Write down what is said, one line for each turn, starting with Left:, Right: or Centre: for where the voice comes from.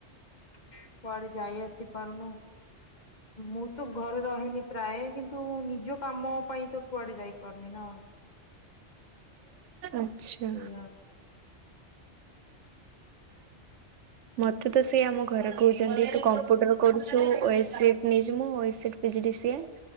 Left: କୁଆଡେ ଯାଇ ଆସି ପାରୁନୁ। ମୁଁ ତ ଘରେ ରହେନି। ପ୍ରାୟ କିନ୍ତୁ ନିଜ କାମ ପାଇଁ ତ କୁଆଡେ ଯାଇପାରୁନି ନା।
Right: ଆଛା।
Left: ଏଇଆ
Right: ମତେ ତ ସେ ଆମ ଘରେ କହୁଚନ୍ତି ତୁ କମ୍ପୁଟର କରୁ ଓ ଏସ ସେଟ୍ ନେଇଚି ମୁଁ O S set P G D C A